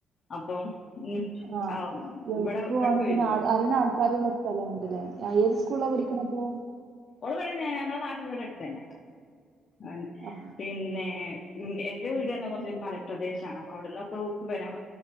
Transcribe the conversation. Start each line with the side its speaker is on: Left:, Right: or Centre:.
Left: അപ്പൊ ഉം,
Right: ആഹ
Left: ആ,
Right: എളുപ്പമാണ്.
Left: ഇവിടെ ഇവിടേക്ക്
Right: പിന്നെ
Left: വരും
Right: ആ
Left: ഓള്
Right: അറിണ ആൾക്കാരുള്ള സ്ഥല അയതോട് ഏത് സ്കൂളി പഠിക്കണകോ
Left: ഒവിണ ഞങ്ങളെ നാട്ടിൽ വടെ അടുത്ത് തന്നെ ആനെ
Right: ആ
Left: പിന്നെ ഉം എന്റെ വീട് തന്നെ കുറച്ചൊ മലപ്രദേശമാണ്. അപ്പൊ അവിടന്നക്ക വരാൻ